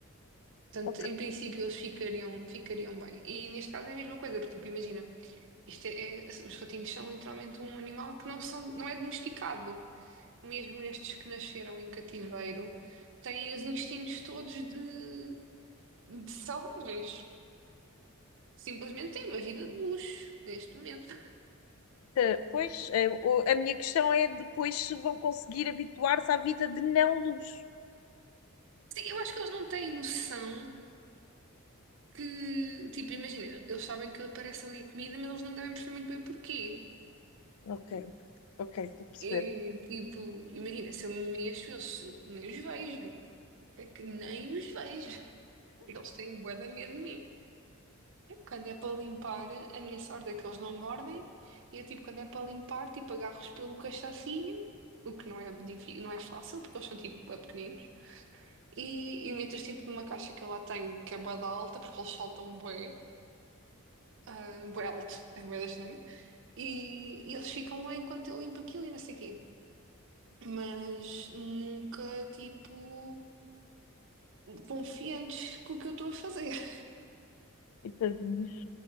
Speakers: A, on the right (about 60°); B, on the left (about 70°).
A: Portanto,
B: Portanto,
A: em princípio, eles ficariam, ficariam bem. E neste caso é a mesma coisa, porque, tipo, imagina, isto é, é- os ratinhos são literalmente um animal que não são, não é domesticado. Mesmo estes que nasceram em cativeiro, têm os instintos todos de, de selvagens. Simplesmente têm uma vida de luxo neste momento.
B: eh, Pois, eh, o- a minha questão é depois se vão conseguir habituar-se à vida de não luz.
A: Sim, eu acho que eles não têm noção. que, tipo, imagina, eles sabem que aparece ali a comida, mas eles não devem perceber muito bem porquê.
B: Ok, ok, estou a perceber.
A: E, tipo, imagina, se eu me mexo, eu se- nem os vejo. É que nem os vejo. <laughs> Eles têm bué de medo de mim. Quando é para limpar, a minha sorte é que eles não mordem. E eu, tipo, quando é para limpar, tipo, agarro-os pelo cachacinho, o que não é, difí- não é fácil, porque eles são, tipo, bué pequeninos. E, e meto-os, tipo, numa caixa que eu lá tenho, que é bué da alta, porque eles saltam bué, ah, bué alto, é bué da E, e eles ficam lá enquanto eu limpo aquilo e não sei o quê. Mas nunca, tipo, confiantes com o que eu estou a fazer. <laughs>
B: E tadinhos.